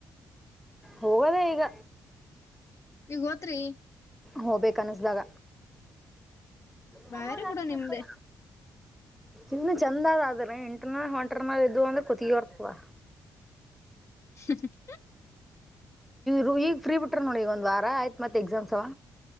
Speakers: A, in the centre; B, on the left.
A: ಹೋಗದೆ ಈಗ
B: ಈಗ ಹೋತ್ರಿ
A: ಹೋಗ್ಬೇಕ ಅನಿಸ್ದಾಗ ಸಮೂರತ್ತರ
B: ಬಾರಿ ಬಿಡು ನಿಮ್ದೆ
A: ಇನ್ನು ಚಂದದ ಆದದ್ರೆ ಎಂಟನ ಹೊಂಟ್ರನಾಗ ಇದು ಅಂದ್ರೆ ಕತ್ಗರ್ತವ
B: ಹ್ಮ
A: ವ ಈಗ ಫ್ರೀ ಬಿಟ್ರ ನೋಡಿ ಈಗ ಒಂದ್ ವಾರ ಆಯ್ತ್ ಮತ್ತೆ ಎಕ್ಸಾಮ್ಸ್ ಅವ